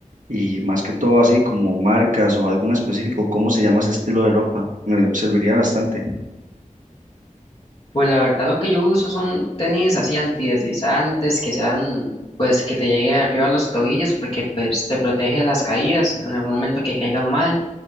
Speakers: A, on the right; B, on the left.
A: Y más que todo así como marcas o algo en específico, ¿cómo se llama ese estilo de ropa? Me serviría bastante.
B: Pues la verdad lo que yo uso son tenis así antideslizantes, que sean, pues que te llegue arriba a los tobillos, porque pues te protege de las caídas en algún momento que caigan mal.